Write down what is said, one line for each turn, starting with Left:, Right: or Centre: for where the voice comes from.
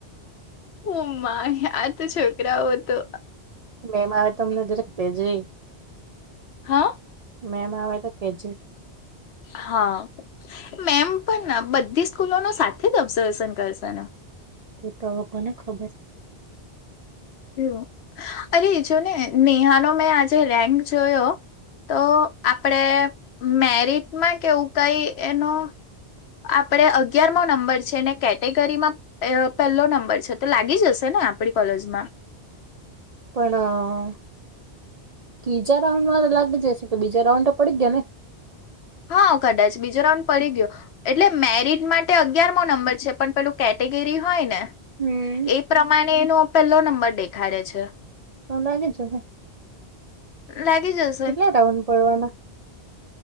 Left: ઉ માય આ તો છોકરાઓ તો
Right: મેમ આવે તો અમને જરાક કેજે
Left: હા
Right: મેમ આવે તો કેજે
Left: હ મેમ પણ બધી સ્કૂલો નો સાથે જ ઓબ્ઝર્વેશન કરશે ને?
Right: તે ત હવે કોને ખબર
Left: એવુ અરે જો ને નેહા નો મેં આજે રેન્ક જોયો તો આપડે મેરિટમાં કેવું કઈ એનો આપણે અગિયાર મો નંબર છે, ને કેટેગરીમાં એ પહેલો નંબર છે, તો લાગી જશે ને આપણી કોલેજમાં
Right: પણ તીજા રાઉન્ડમાં લાગી જાશે કે બીજા રાઉન્ડ તો પડી ગયા ને
Left: હા કદાચ બીજો રાઉન્ડ પડી ગયો એટલે મેરિટ માટે અગિયારમો નંબર છે, પણ પેલું કેટેગરી હોય ને
Right: હમ્મ.
Left: એ પ્રમાણે એનો પેલો નંબર દેખાડે છે.
Right: તો લાગે જહે
Left: લગેજસ
Right: કેટલા ટાઉન પડવાના